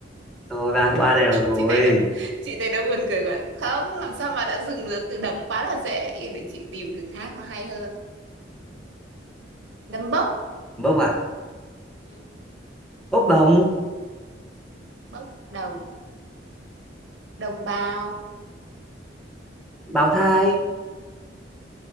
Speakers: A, in the centre; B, on the right.
A: thôi ba ba đều rồi
B: chị thấy nó chị thấy nó buồn cười quá không làm sao mà đã dừng được từ đấm quá là dễ yên để chị tìm từ khác nó hay hơn đấm bốc
A: bốc à
B: Ừ,
A: bốc đồng
B: bốc đồng đồng bào
A: bào thai